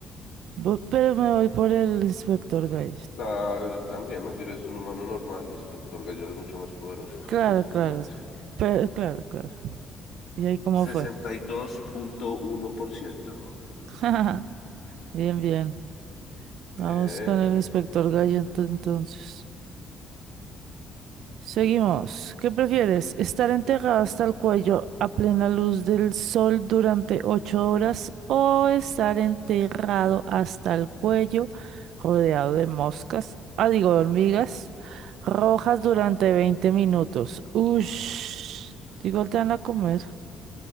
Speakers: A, on the right; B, on the left.
A: Bu- Pero me voy por el inspector Gallo.
B: Claro, yo también. MacGyver es un humano normal, el inspector Gadget es mucho más poderoso. <laughs>
A: Claro,
B: Sí, totalmente.
A: claro. Pero, claro, claro. ¿Y ahí cómo
B: sesenta
A: fue?
B: y dos punto uno por ciento
A: <laughs> Bien, bien. Vamos
B: Bien.
A: con el inspector Gallo ento- entonces. Seguimos. ¿Qué prefieres? ¿Estar enterrada hasta el cuello a plena luz del sol durante ocho horas o estar enterrado hasta el cuello rodeado de moscas, ah, digo, de hormigas rojas durante 20 minutos? Ush, igual te van a comer.